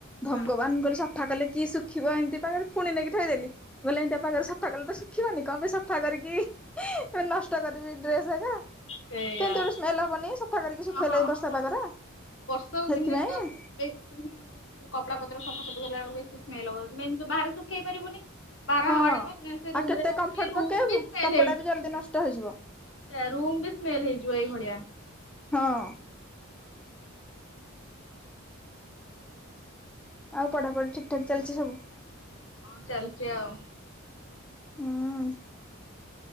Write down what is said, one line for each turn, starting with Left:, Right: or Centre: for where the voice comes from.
Centre: ଭଗବାନ
Left: ହଁ
Centre: ମୁଁ କହିଲି ସଫା କଲେ କି ଶୁଖିବ ଏମିତି ପାଗରେ ଫୁଣି ନେଇକି ଥୋଇଦେଲି। ବୋଇଲେ ଏମିତିଆ ପାଗରେ ସଫା କଲେ ଶୁଖିବନି କଂ ପାଇଁ ସଫା କରିକି <unintelligible> ନଷ୍ଟ କରିବି ଡ୍ରେସ ହେକା। <unintelligible>
Left: ସେଇଆ।
Centre: କେମତି ଗୋଟେ ସ୍ମେଲ ହବନି ସଫା କରିକି
Left: ହଁ
Centre: ଶୁଖେଇଲେ
Left: ହଁ
Centre: ଏଇ ବର୍ଷା
Left: ହଁ ହଁ
Centre: ପାଗରେ
Left: ବର୍ଷା
Centre: ହେଥିପାଇଁ
Left: ଦିନେ ତ ବେଶୀ କପଡା ପତର ସଫାସୁଫି କଲା ବେଳକୁ ବେଶି ସ୍ମେଲ ହବ। ମେନ୍ ତ ବାହାରେ ଶୁଖେଇ ପାରିବୁନି। ବାହାର
Centre: ହଁ।
Left: ହାୱାଟା ପୁରା ସ୍ମେଲ ସେ
Centre: ଆଉ
Left: ରୁମରେ
Centre: କେତେ
Left: <unintelligible>
Centre: କମ୍ଫର୍ଟ
Left: ଏ ରୁମ
Centre: ପକେଇବୁ
Left: ବି ସ୍ମେଲ
Centre: କପଡା
Left: ହେଇଯିବ।
Centre: ବି ଜଲ୍ଦି ନଷ୍ଟ ହେଇଯିବ।
Left: ସେୟା ରୁମ ବି ସ୍ମେଲ ହେଇଯିବ ଏଇଭଳିଆ।
Centre: ହଁ। ଆଉ ପଢାପଢି ଠିକ୍ ଠାକ୍ ଚାଲିଚି ସବୁ?
Left: ହଁ ଚାଲିଚି ଆଉ।
Centre: ହୁଁଉଁ।